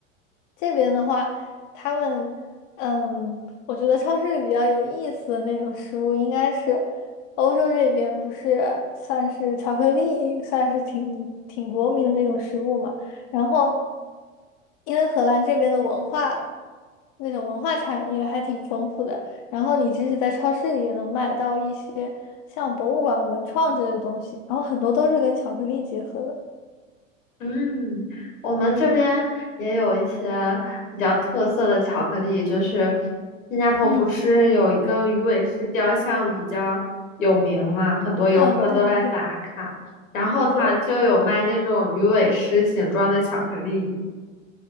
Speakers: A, on the left (about 45°); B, on the left (about 80°).
A: 这边的话，他们，嗯，我觉得超市里比较有意思的那种食物，应该是欧洲这边不是算是巧克力，算是挺挺国民的那种食物嘛。然后，因为荷兰这边的文化，那种文化产业还挺丰富的，然后你即使在超市里也能买到一些像博物馆、文创之类的东西，然后很多都是跟巧克力结合的。
B: 嗯，我们这边也有一些比较特色的巧克力，就是新加坡不是有一个鱼尾狮雕像比较有名嘛，
A: 嗯，
B: 很多游客都来打卡，
A: 啊，对对对
B: 然后它就有卖那种鱼尾狮形状的巧克力。
A: 对。